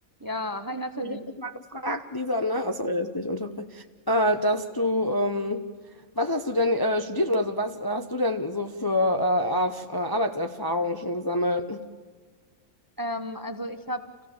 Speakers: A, on the right (about 20°); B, on the left (about 25°).
A: Ja, hi Nathalie.
B: Ich habe dich mal gefragt, Lisa, ne? Oh, sorry, dass ich dich unterbreche. Äh, dass du, ähm, was hast du denn äh, studiert oder so? Was hast du denn so für äh, Erf- äh, Arbeitserfahrungen schon gesammelt?
A: Ähm, also ich habe